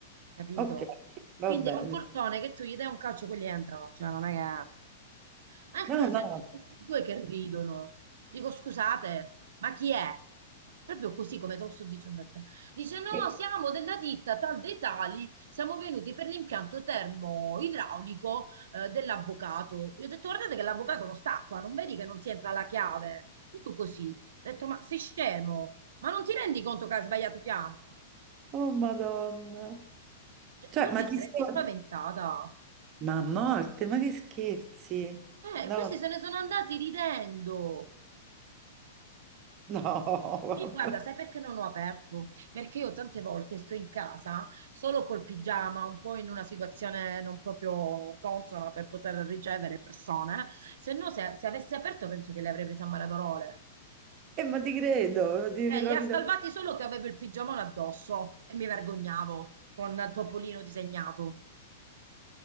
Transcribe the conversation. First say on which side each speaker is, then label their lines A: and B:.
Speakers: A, on the right; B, on the right.
A: capito?
B: ok, va
A: Quindi
B: bene.
A: è un portone che tu gli dai un calcio, quelli entrano, cioè non è che... Anche
B: No,
A: sento
B: no.
A: questi due che ridono. Dico, scusate, ma chi è? Proprio così come te lo sto dicendo a te. Dice, no,
B: eh,
A: siamo della ditta tal dei tali, siamo venuti per l'impianto termoidraulico eh, dell'avvocato. Io ho detto, guardate che l'avvocato non sta qua, non vedi che non ti entra la chiave? Proprio così. Ho detto, ma sei scemo? Ma non ti rendi conto che hai sbagliato piano?
B: Oh, Madonna.
A: Cioè,
B: Cioè,
A: tu ti
B: ma ti
A: saresti
B: stai...
A: spaventata.
B: Ma a morte, ma che scherzi?
A: Eh,
B: No,
A: questi se ne sono andati ridendo.
B: no, <laughs>
A: Mi- Guarda,
B: vabbè.
A: sai perché non ho aperto? Perché io tante volte sto in casa solo col pigiama, un po' in una situazione non proprio consona per poter ricevere persone. Se no, se, se avessi aperto, penso che le avrei prese a malaparte.
B: Eh, ma ti credo, ti
A: Cioè,
B: ritrovi
A: li ha salvati
B: da...
A: solo che avevo il pigiamone addosso e mi vergognavo con Topolino disegnato.